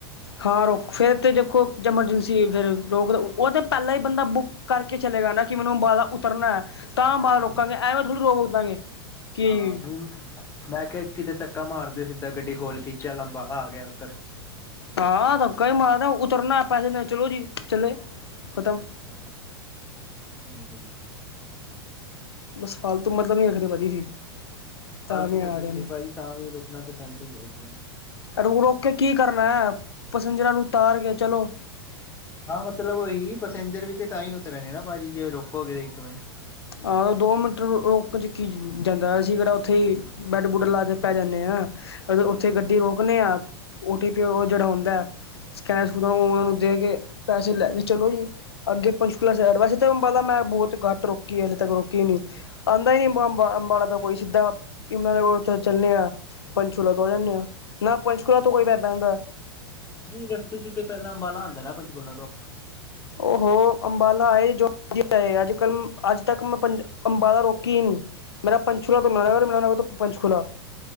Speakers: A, on the left; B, on the left.
A: ਹਾਂ ਰੋਕ ਫੇਰ ਤਾਂ ਦੇਖੋ ਐਮਰਜੈਂਸੀ, ਫਿਰ ਰੋਕ, ਉਹ ਤਾਂ ਪਹਿਲਾਂ ਹੀ ਬੰਦਾ ਬੁੱਕ ਕਰਕੇ ਚੱਲੇਗਾ ਨਾ ਕਿ ਮੈਨੂੰ ਅੰਬਾਲਾ ਉਤਰਨਾ ਹੈ, ਤਾਂ ਅੰਬਾਲਾ
B: ਹਾਂ
A: ਰੋਕਾਂਗੇ ਐਂਵੇੈਂ ਥੋੜ੍ਹੀ ਰੋਕ ਦਾਂਗੇ। ਕਿ
B: ਹਾਂ ਨਹੀਂ, ਮੈਂ ਕਿਹਾ ਕਿਤੇ ਧੱਕਾ ਮਾਰਦੇ ਸਿੱਧਾ ਗੱਡੀ ਖੋਲ ਕੇ, ਚੱਲ ਅੰਬਾਲਾ ਆ ਗਿਆ ਉੱਤਰ।
A: ਹਾਂ ਧਕਾ ਹੀ ਮਾਰਦਾ, ਉਤਰਨਾ, ਪੈਸੇ ਦੇ, ਚੱਲੋ ਜੀ ਚੱਲੇ ਖਤਮ।
B: ਹੋਰ ਠੀਕ ਹੈ ਬਾਈ।
A: ਬਸ, ਫਾਲਤੂ ਮਤਲਬ ਨੀ ਰੱਖਦੇ ਭਾਜੀ ਅਸੀ ਜੀ। ਤਾਰਨੇ
B: ਫਾਲਤੂ ਮਤਲਬ
A: ਆ ਰਹੇ
B: ਨੀ
A: ਨੇ
B: ਭਾਜੀ, ਤਾਂ ਵੀ ਰੁਕਣਾ ਤੇ ਪੈਂਦੇ ਹੈ ਇੱਕ ਮਿੰਟ।
A: ਰੋਕ ਰੋਕ ਕੇ ਕੀ ਕਰਨਾ ਹੈ, ਪੈਸੇਜਰ ਨੂੰ ਉਤਾਰ ਕੇ ਚਲੋ।
B: ਹਾਂ ਮਤਲਬ ਉਹੀ, ਪੈਸੇਜਰ ਵੀ ਤੇ ਤਾਂ ਹੀ ਉਤਰਨੇ ਨਾ, ਭਾਜੀ ਜੇ ਰੋਕੋਗੇ ਇੱਕ ਮਿੰਟ।
A: ਹਾ, ਦੋ ਮਿੰਟਰ ਰੋਕਣ ਚ ਕੀ ਜਾਂਦਾ ਸੀ, ਅਸੀਂ ਕਿਹੜਾ ਉੱਥੇ ਹੀ ਬੈੱਡ ਬੁੱਡ ਲਾ ਕੇ ਪੈ ਜਾਂਨੇ ਆਂ, ਉੱਥੇ ਗੱਡੀ ਰੋਕਨੇ ਆਂ, ਔ ਟੀ ਪੀ, ਔ ਜਿਹੜਾ ਹੁੰਦਾ ਸਕੈਨ ਸਕੂਨ ਔਨਾਨੂੰ ਦੇ ਕੇ, ਪੈਸੇ ਲੈ ਕੇ ਚਲੋ ਜੀ। ਅੱਗੇ ਪੰਚਕੁਲਾ ਸਾਈਡ, ਵੈਸੇ ਤੇ ਅੰਬਾਲਾ ਮੈਂ ਬਹੁਤ ਘੱਟ ਰੋਕ ਕੀ ਹਲੇੇ ਤੱਕ ਰੋਕੀ ਨੀ, ਆਉਂਦਾ ਹੀ
B: ਅੱਛਾ
A: ਨਹੀਂ
B: ਅੱਛਾ
A: ਅੰਬਾਲਾ ਦਾ ਕੋਈ, ਸਿੱਧਾ ਇਮ ਕੋ ਚੱਲੇ ਆ। ਪੰਚਕੁਲਾ ਤੋਂ
B: ਹਾਂ
A: ਆ ਜਾਂਦੇ ਆ, ਨਾ ਪੰਚਕੁਲਾ ਤੋਂ ਕੋਈ ਨਹੀਂ ਬੈੰਦਾ।
B: ਨਹੀਂ ਰਸਤੇ ਚ ਤੇ ਪਹਿਲਾਂ ਅੰਬਾਲਾ ਹੁੰਦਾ ਨਾ ਪੰਚਕੁਲਾਂ ਤੋਂ।
A: ਉਹ ਅੰਬਾਲਾ ਆਏ ਜੋ ਆ ਅੱਜ ਕੱਲ ਅੱਜ ਤੱਕ ਮੈਂ ਅੰਬਾਲਾ ਰੋਕੀ ਨਹੀਂ। ਮੇਰਾ ਪੰਚਕੂਲਾ ਤੋਂ ਮੇਰਾ ਅੰਬਾਲਾ, ਅੰਬਾਲਾ ਤੋਂ ਪੰਚਕੂਲਾ